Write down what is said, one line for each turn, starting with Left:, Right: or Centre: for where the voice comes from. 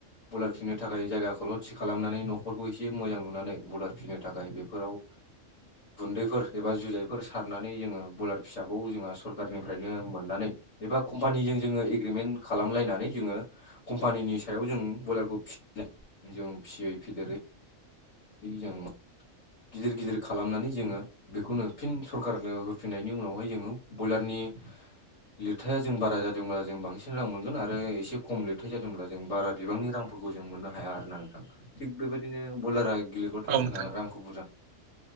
Left: बुलार फिननो थाखाय जायगाखौल' थि खालामनानै न'खरखौ एसे मोजां नुनानै बुलार फिननो थाखाय बेफोराव <inaudible> गुन्दैफोर एबा जुजाइफोर सारनानै जोङो बयलार फिसाखौ जोंहा सरखारारनिफ्रायनो मोननानै एबा कम्पानिजों जोङो एग्रिमेन्ट खालामलायनानै जोङो कम्पानिनि सायाव जों बयलारखौ फिसिनाय जों फिसियै फेदेरै जों गिदिर गिदिर खालामनानै जोङो बेखौनो फिन सरखारारनो होफिननायनि उनावहाय जोङो बयलारनि लिरथाया जों बारा जादोंब्ला जों बांसिन रां मोनगोन आरो एसे खम लिरथाय जादोंब्ला जों बारा बिबांनि रां जों मोननो हाया आरोना नोंथां थि बेबायदिनो बलारा गेलेबाथ'
Right: औ
Left: जों
Right: नोंथां औ
Left: रांखौ